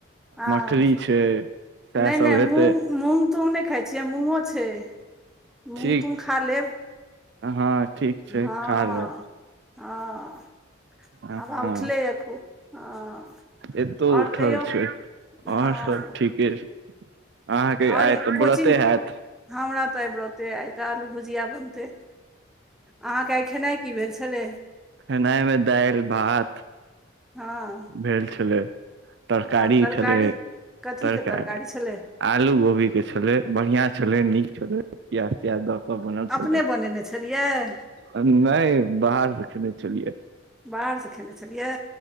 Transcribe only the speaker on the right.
मठरी छै सएह
सब
हेतै
ठीक
हँ ठीक
छै खा लेब
हँ
एतौ
उठल
छै
आ सब ठीक कि अहाँके
आइ तऽ
बरैते हात
खेनाइमे दालि भात
भेल छलै तरकारी
छलै
तरकारी
आलू गोभी के छलै बढ़िया छलै नीक छलै प्याज त्याज द क सब बनल छलखिन
नहि बाहर रखने छलियै